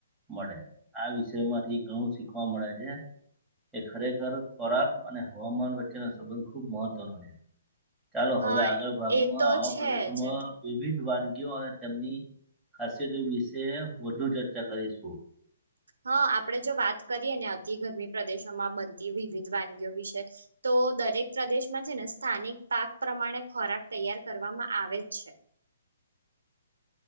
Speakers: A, in the centre; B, on the right.
A: મળે. આ વિષય માંથી ઘણું શીખવા મળે છે. એ ખરેખર ખોરાક અને હવામાન વચ્ચેનો સંબંધ ખૂબ મહત્વનો છે. ચાલો હવે
B: હા
A: આગળ ભાગમાં
B: એ તો
A: આવા
B: છે
A: પ્રદેશોમાં
B: જ
A: વિવિધ વાનગીઓ અને તેમની ખાસિયત વિશે વધુ ચર્ચા કરીશું.
B: હા, આપડે જો વાત કરીએ ને અતિ ગરમી પ્રદેશોમાં બનતી વિવિધ વાનગીઓ વિશે તો તો દરેક પ્રદેશમાં છે ને સ્થાનિક પાક પ્રમાણે ખોરાક તૈયાર કરવામાં આવે જ છે.